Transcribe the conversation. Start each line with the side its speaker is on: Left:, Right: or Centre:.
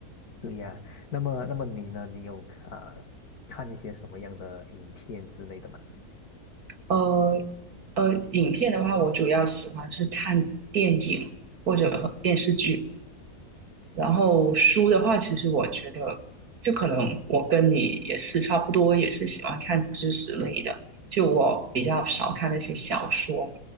Left: 对呀，那么那么你呢？你有啊呃看一些什么样的影片之类的吗？
Right: 呃呃，影片的话，我主要喜欢是看电影或者电视剧。
Left: 嗯
Right: 然后书的话，其实我觉得，就可能我跟你也是差不多，也是喜欢看知识类的。就我比较少看那些小说，